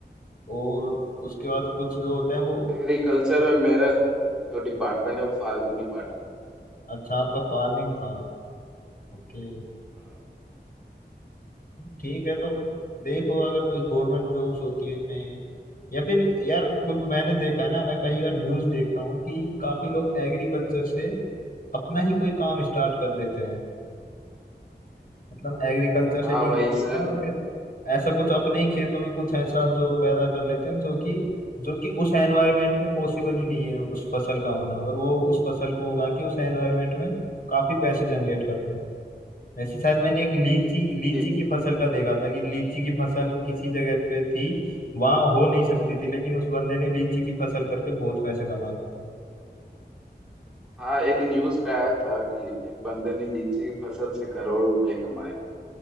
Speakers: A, on the left; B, in the centre.
A: और उसके बाद कुछ जो होते हैं वो
B: एग्रीकल्चर में मेरा जो डिपार्टमेंट है वो फार्मिंग डिपार्टमेंट
A: अच्छा आपका फार्मिंग था ओके
B: हाँ
A: ठीक है तो देखो अगर कोई गवर्नमेंट जॉब्स होती है उनमें या फिर यार कुछ मैंने देखा है ना मैं कई बार न्यूज देखता हूँ कि काफी लोग एग्रीकल्चर से अपना ही कोई काम स्टार्ट कर देते हैं मतलब एग्रीकल्चर से
B: हाँ
A: डिग्री
B: भाई
A: लेते
B: सर
A: हैं और फिर ऐसा कुछ अपने ही खेतों में कुछ ऐसा जो पैदा कर लेते हैं जो कि जो कि उस एनवायरनमेंट में पॉसिबल ही नहीं है उस फसल का होना और वो उस फसल को उगा के उस एनवायरनमेंट में काफी पैसे जनरेट करते हैं वैसे शायद मैंने एक लीची
B: भाई
A: लीची की फसल का देखा था कि लीची की फसल किसी जगह पे थी वहां हो नहीं सकती थी लेकिन उस बंदे ने लीची की फसल करके बहुत पैसे कमाए थे
B: हाँ एक न्यूज़ पे आया था कि एक बंदे ने लीची की फसल से करोड़ों रुपए कमाए थे